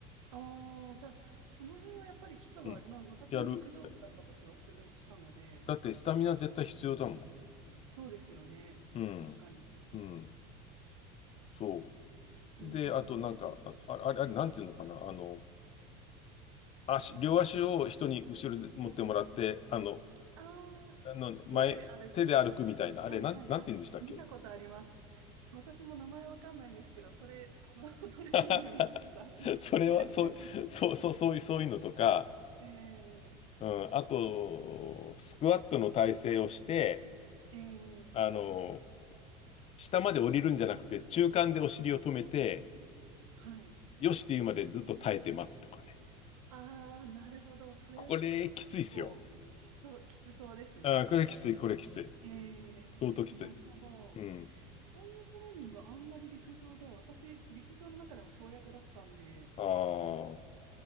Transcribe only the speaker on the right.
ああ、じゃあ、その辺はやっぱり基礎は、
まあ私も陸上部だった時はする、
したので、
そうですよね。
確かに。
うーん。
はい。
ええ、
ああ、
手で歩く。
はいはい。
あ、見たことあります。私も名前わかんないんですけど、それ、あの、<laughs> トレーニング見たことあります。
<laughs>
ええ
ええ
はい。
ああ、なるほど。それ、
結構、
きつそう、きつそうですね。
確かに。
ええなるほど。
そういうトレーニングはあんまり陸上では、私、陸上の中でも跳躍だったんで、